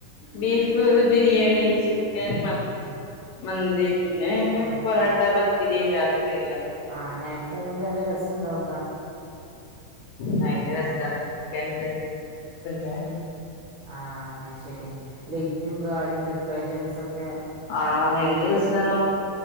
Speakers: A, on the left; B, on the right.
A: ബീഫ് ബിരിയാണി ചിക്കൻ മന്തി പിന്നെ
B: ആഹ്
A: പൊറോട്ട പത്തിരി രാത്രില്ല
B: ആഹ് നൈറ്റ് ആയതുകൊണ്ട് നല്ല രസം ഉണ്ടാവ
A: ഭയങ്കര രസാണ് പി ജ
B: ആഹ അ ശരി ലൈറ്റും കാരും ഡെക്കറേഷൻസ് ഒക്കെ
A: ആഹ എന്ത് രസണോ